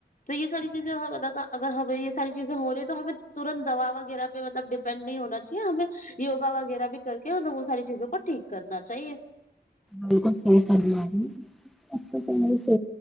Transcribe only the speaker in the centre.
بالکل صحیح فرما رہی ہیں <unintelligible> تنہا